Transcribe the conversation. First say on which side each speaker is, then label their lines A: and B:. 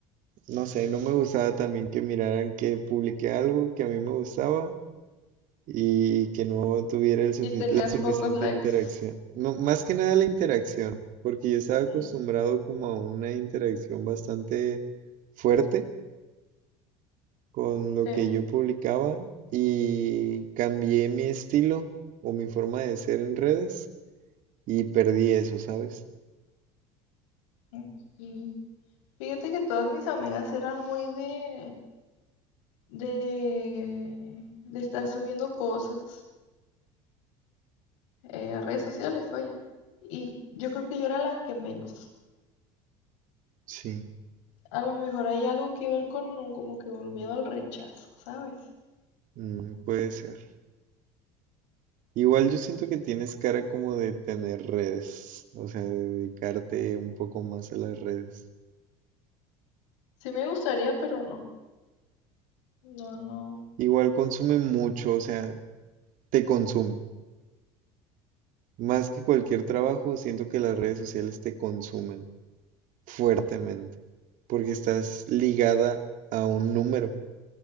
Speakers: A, on the right (about 60°); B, on the left (about 85°).
A: No sé, no me gustaba también que miraran que publiqué algo que a mí me gustaba y que no tuviera el sufi-
B: Y tenías
A: la suficiente
B: pocos likes.
A: interacción. No, más que nada la interacción, porque yo estaba acostumbrado
B: Mm,
A: como a una interacción bastante fuerte con lo
B: ok,
A: que yo publicaba y cambié mi estilo o mi forma de ser en redes y perdí eso, ¿sabes?
B: mm, y Fíjate que todas mis amigas eran muy de, de, de estar subiendo cosas eh, a redes sociales, vaya. Y yo creo que yo era la que menos.
A: Sí,
B: A lo mejor hay algo que ver con un, como que un miedo al rechazo, ¿sabes?
A: mm, puede ser. Igual yo siento que tienes cara como de tener redes, o sea, de dedicarte un poco más a las redes.
B: Sí me gustaría, pero no. No, no.
A: Igual consume mucho, o sea, te consume. Más que cualquier trabajo, siento que las redes sociales te consumen fuertemente, porque estás ligada a un número,